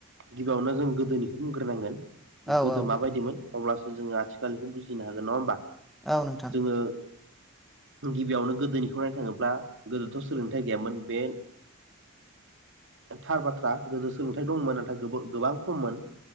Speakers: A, on the right; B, in the centre.
A: गिबियावनो जों गोदोनिखौ बुंग्रोनांगोन
B: औ
A: गोदो
B: औ
A: माबायदिमोन अब्लासो जोंङो आथिखालनिखौ बुजिनो हागोन नंङा होमबा
B: औ नोंथां
A: जोङो गिबियावनो गोदोनिखौ नायनो थांङोब्ला गोदोथ' सोलोंथाइ गैयामोन बे थार बाथ्रा गोदो सोलोंथाइ दंमोन नाथाय गोबां खममोन